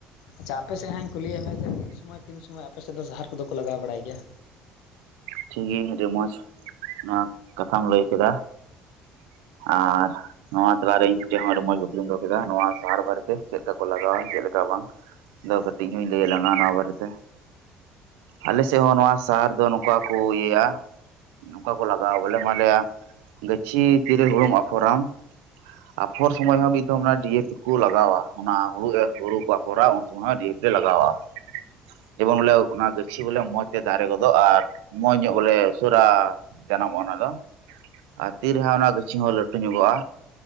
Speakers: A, on the left; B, on the right.
A: ᱟᱪᱪᱷᱟ ᱟᱯᱮᱥᱮᱫ ᱦᱟᱸᱜᱤᱧ ᱠᱩᱞᱤᱭᱮᱫ ᱢᱮ ᱡᱮ ᱛᱤᱱ ᱥᱚᱢᱚᱭ ᱛᱤᱱ ᱥᱚᱢᱚᱭ ᱟᱯᱮ ᱥᱮᱫ ᱫᱚ ᱥᱟᱦᱟᱨ ᱠᱚᱫᱚ ᱠᱚ ᱞᱟᱜᱟᱣ ᱵᱟᱲᱟᱭ ᱜᱮᱭᱟ
B: ᱴᱷᱤᱠ ᱜᱤᱭᱟᱹᱧ ᱟᱰᱤ ᱢᱚᱸᱡᱽ ᱱᱚᱣᱟ ᱠᱟᱛᱷᱟᱢ ᱞᱟᱹᱭ ᱠᱮᱫᱟ ᱟᱨ ᱱᱚᱣᱟ ᱛᱟᱞᱟᱨᱮ ᱤᱧ ᱴᱷᱮᱡ ᱦᱚᱸ ᱟᱰᱤ ᱢᱚᱸᱡᱽ ᱠᱩᱠᱞᱤᱢ ᱫᱚᱦᱚ ᱠᱮᱫᱟ ᱱᱚᱣᱟ ᱥᱟᱦᱟᱨ ᱵᱟᱨᱮᱛᱮ ᱪᱮᱫ ᱠᱟ ᱠᱚ ᱞᱟᱜᱟᱣᱟ ᱪᱮᱫ ᱞᱮᱠᱟ ᱵᱟᱝ ᱴᱤᱡ ᱤᱧ ᱞᱟᱹᱭ ᱞᱟᱝᱟ ᱱᱚᱣᱟ ᱵᱟᱨᱮᱛᱮ ᱟᱞᱮ ᱥᱮᱫ ᱦᱚᱸ ᱱᱚᱣᱟ ᱥᱟᱦᱟᱨ ᱫᱚ ᱵᱟᱠᱚ ᱤᱭᱟᱹᱭᱟ ᱱᱚᱝᱠᱟ ᱠᱚ ᱞᱟᱜᱟᱣᱟ ᱵᱚᱞᱮ ᱢᱟᱞᱮᱭᱟ ᱜᱟᱹᱪᱷᱤ ᱛᱤᱨᱮ ᱦᱩᱲᱩᱝᱚᱜᱼᱟ ᱯᱷᱚᱨᱚᱢ ᱟᱯᱷᱚᱨ ᱥᱚᱢᱚᱭ ᱦᱚᱸ ᱢᱤᱫ ᱫᱷᱚᱢ ᱚᱱᱟ ᱰᱤ ᱮ ᱯᱤ ᱠᱩ ᱞᱟᱜᱟᱣᱟ ᱚᱱᱟ ᱦᱩᱲᱩ ᱮᱨ ᱦᱩᱲᱩ ᱠᱷᱚᱨᱟ ᱩᱱ ᱥᱚᱢᱚᱭ ᱦᱚᱸ ᱰᱤᱭᱮᱯᱤ ᱞᱮ ᱞᱟᱜᱟᱣᱟ
A: <unintelligible>
B: ᱡᱮᱢᱚᱱ ᱵᱚᱞᱮ ᱚᱱᱟ ᱜᱟᱹᱪᱷᱤ ᱵᱚᱞᱮ ᱢᱚᱸᱡᱽ ᱛᱮ ᱫᱟᱨᱮ ᱜᱚᱫᱚᱜᱼᱟᱨ ᱢᱚᱸᱡᱽ ᱧᱚᱜ ᱵᱚᱞᱮ ᱩᱥᱟᱹᱨᱟ ᱡᱟᱱᱟᱢᱚᱜᱼᱟ ᱚᱱᱟ ᱫᱚ ᱟᱨ ᱛᱤ ᱨᱮᱦᱟᱸᱜ ᱚᱱᱟ ᱜᱟᱹᱪᱷᱤ ᱦᱚᱸ ᱞᱟᱹᱴᱩ ᱧᱚᱜᱚᱜᱼᱟ